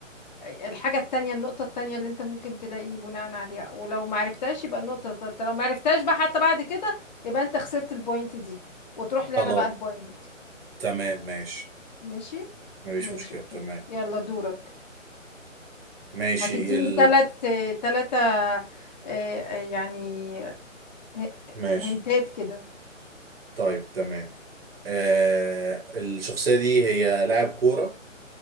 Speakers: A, on the left; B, on the right.
A: الحاجة التانية النقطة التانية اللي انت ممكن تلاقي بناء عليها ولو معرفتهاش يبقى النقطة التالتة لو معرفتهاش بقى حتى بعد كده يبقى انت خسرت البوينت دي وتروح لي
B: خلاص
A: انا بقى البوينت
B: تمام ماشي
A: ماشي
B: مفيش
A: ماشي
B: مشكلة
A: اوكي
B: تمام
A: يلا دورك
B: ماشي
A: هتديني
B: ال
A: تلات تلاتة اه، اه، يعني ه-
B: ماشي
A: هنتات كده
B: طيب تمام آه الشخصية دي هي لاعب كورة